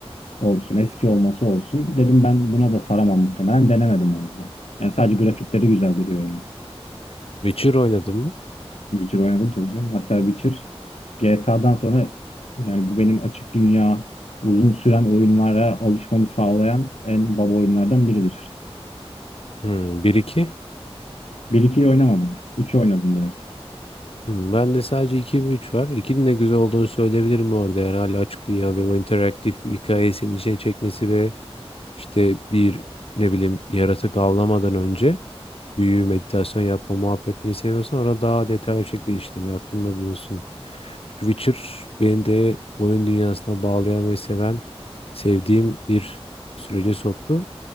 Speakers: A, on the left; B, on the left.
A: olsun eski olması olsun dedim ben buna da saramam muhtemelen denemedim o yüzden. Yani sadece grafikleri güzel duruyor oyun.
B: Witcher oynadın mı?
A: Witcher oynadım tabii canım. Hatta Witcher GTA'dan sonra yani bu benim açık dünya uzun süren oyunlara alışmamı sağlayan en baba oyunlardan biridir.
B: Hı, 1-2.
A: Bir 2yi oynamadım. 3'ü oynadım direkt.
B: Hı, ben de sadece 2 ve 3 var. 2'nin de güzel olduğunu söyleyebilirim bu arada. Yani hala açık dünya ve o interaktif hikayesini içine çekmesi ve İşte bir ne bileyim yaratık avlamadan önce büyü, meditasyon yapma muhabbetini seviyorsan orada daha detaylı bir şekilde işleniyor. Aklında bulunsun. Çünkü Witcher beni de oyun dünyasına bağlayan ve seven, sevdiğim bir sürece soktu.